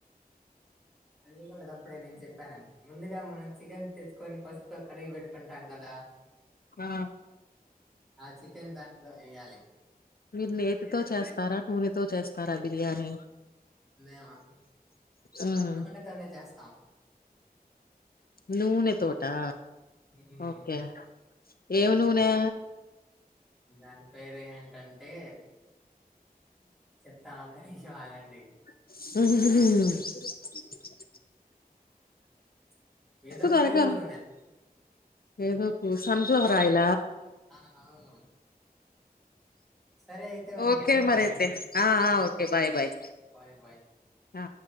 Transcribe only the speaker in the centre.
అదేయ్గూడదు అప్పుడే నేను చెప్పానని, ముందుగా మనం చికెన్ తెచ్చుకొని. పాస్ప్ తో కడిగి పెట్కుంటాంగాదా.
ఆ చికెన్ దాంట్లో ఏయ్యాలి.
మేవా
నూనెతోనే చేస్తాం.
హ్మ్.
మ్ దాని పేరేంటంటే చెప్తాను ఒక నీమ్సం ఆగండి.
ప్చ్ ఏదో
పువ్నున
ఆ అవును సరే అయితే ఉంటాను.
bye. bye.